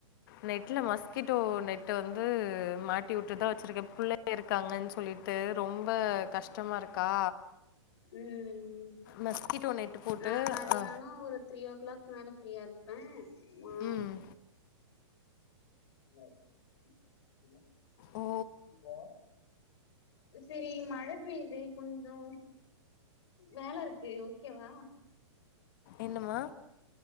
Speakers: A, on the left; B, on the left.
A: நெட்ல மஸ்கிட்டோ நெட்டு வந்து மாட்டி வுட்டு தா வச்சுருக்கே புள்ளைங்க இருக்காங்கனு சொல்லிட்டு ரொம்ப கஷ்டமா இருக்கா
B: ம்
A: மஸ்கிட்டோ நெட் போட்டு
B: நா மதியானோ
A: அ
B: ஒரு த்ரீ ஓ கிளாக் மேல ஃப்ரீயா இருப்பே மா
A: ம்.
B: <unintelligible>
A: ஓ
B: சரி மழ பெய்யுது கொஞ்சோ வேல இருக்கு ஓகேவா
A: என்னமா